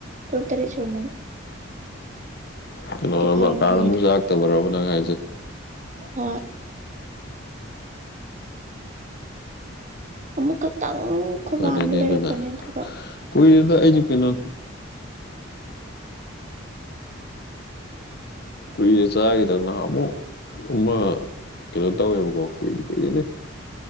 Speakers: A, on the right; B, on the left.
A: ꯇꯣꯨꯔ ꯇꯔ ꯆꯃꯅꯤ
B: ꯀꯩꯅꯣꯔꯕ
A: ꯐꯥꯔꯝꯒꯤꯔꯣꯏꯗ
B: ꯀꯥꯡꯅꯁꯨ ꯂꯥꯛꯇꯕꯔꯕ ꯅꯪ ꯍꯥꯏꯁꯦ
A: ꯍꯣꯏ꯫ ꯑꯃꯨꯛ ꯈꯛꯇꯪ ꯈꯨꯕꯥꯅ
B: ꯐꯔꯦꯅꯦ
A: ꯂꯩꯔꯛꯄꯅꯦ
B: ꯑꯗꯨꯅ
A: ꯑꯗꯨꯒ
B: ꯀꯨꯏꯔꯦꯗ ꯑꯩꯗꯤ ꯀꯩꯅꯣ ꯀꯨꯏꯔꯦ ꯆꯥꯈꯤꯗꯧꯅ ꯍꯥꯃꯨ ꯑꯃ ꯀꯩꯅꯣ ꯇꯧꯋꯦꯕꯀꯣ ꯀꯨꯏꯗꯤꯦ ꯀꯨꯏꯗꯦꯅꯦ